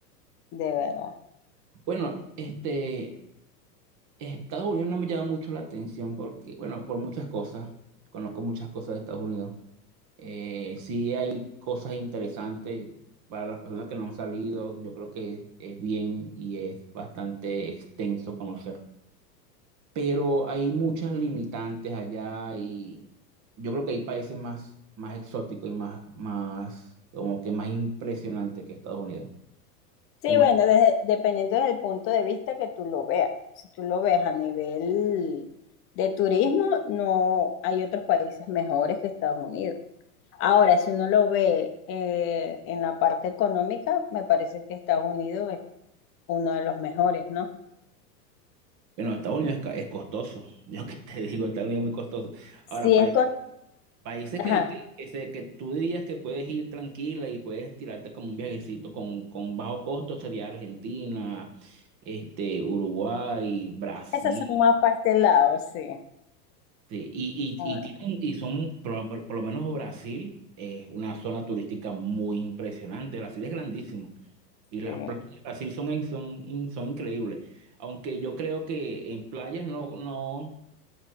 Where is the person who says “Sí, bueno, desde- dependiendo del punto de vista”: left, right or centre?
Left